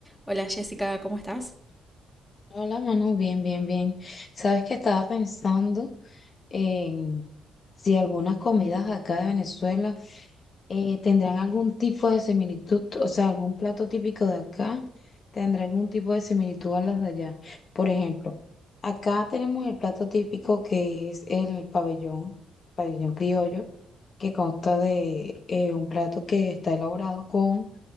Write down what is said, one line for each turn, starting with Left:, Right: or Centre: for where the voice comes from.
Centre: Hola Jessica, ¿cómo estás?
Left: Hola, Manu, bien, bien, bien. Sabes que estaba pensando en si algunas comidas acá de Venezuela eh, tendrán algún tipo de similitud, o sea, algún plato típico de acá tendrá algún tipo de similitud a las de allá. Por ejemplo, acá tenemos el plato típico que es el pabellón, pabellón criollo, que consta de eh, un plato que está elaborado con